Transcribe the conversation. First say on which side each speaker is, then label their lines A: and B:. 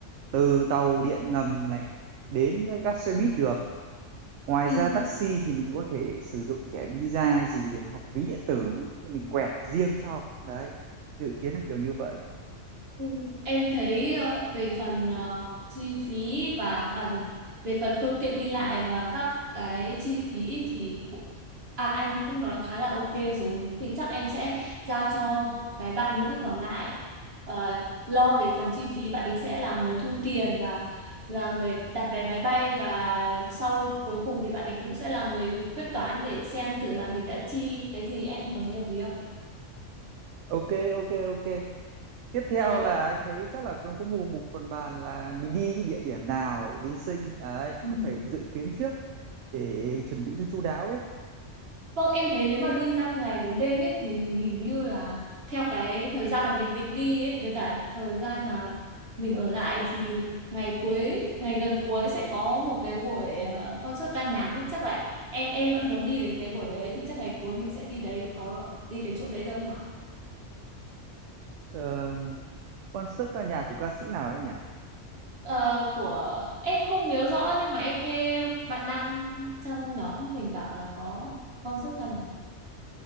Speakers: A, on the right; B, on the right.
A: từ tàu điện ngầm này đến các xe buýt đường Ngoài
B: Ừ,
A: ra taxi thì mình có thể sử dụng thẻ Visa hay gì để hoặc ví điện tử mình quẹt riêng sau. Đấy, dự kiến là kiểu như vậy.
B: Ừ, Em thấy ờ, về phần ờ, chi phí và à gì về phần phương tiện đi lại và các cái chi phí thì cũng- à anh cũng nói khá là ok rồi thì chắc em sẽ giao cho cái bạn nữ còn lại ờ, lo về phần chi phí bạn ấy sẽ là người thu tiền và là người đặt vé máy bay và sau cuối cùng thì bạn ấy cũng sẽ là người quyết toán để xem thử là mình đã chi cái gì anh có thấy hợp lý không?
A: Ok, ok, ok. Tiếp theo
B: Rồi
A: là anh thấy chắc là cũng có một một phần bàn là mình đi những địa điểm nào ở Biên Sinh đấy,
B: ừ.
A: cũng phải dự kiến trước để chuẩn bị cho chu đáo ấy.
B: Vâng, em thấy nếu mà đi 5 ngày 4 đêm ấy thì hình như là theo cái thời gian mà mình định đi ấy với cả thời gian mà mình ở lại thì ngày cuối, ngày gần cuối sẽ có một cái buổi ờ, concert ca nhạc ấy chắc là em em vẫn muốn đi đến cái buổi đấy thì chắc ngày cuối mình sẽ đi đấy có đi cái chỗ đấy đâu không ạ?
A: Ờ, concert ca nhạc của ca sĩ nào ấy nhỉ?
B: Ờ, của em không nhớ rõ nhưng mà em nghe bạn nam trong nhóm mình bảo là có concert ca nhạc.